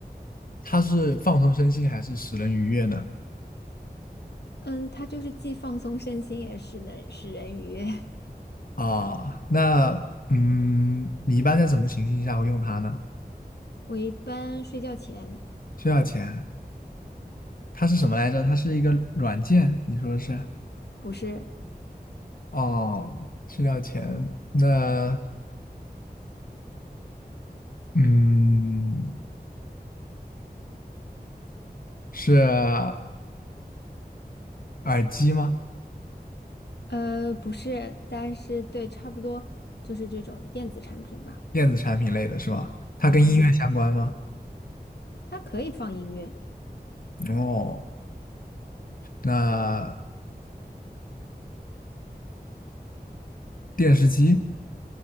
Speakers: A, on the left; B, on the left.
A: 它是放松身心还是使人愉悦呢？
B: 嗯，它就是既放松身心，也是能使人愉悦。<laughs>
A: 啊，那嗯，你一般在什么情形下会用它呢？
B: 我一般睡觉前
A: 需要钱，它是什么来着？它是一个软件，你说是？
B: 不是，
A: 哦，需要钱。那嗯，是耳机吗？
B: 呃，不是，但是对，差不多就是这种电子产品吧。
A: 电子产品类的是吧？它跟音乐相关吗？
B: 嗯，它可以放音乐。
A: 哦，那电视机、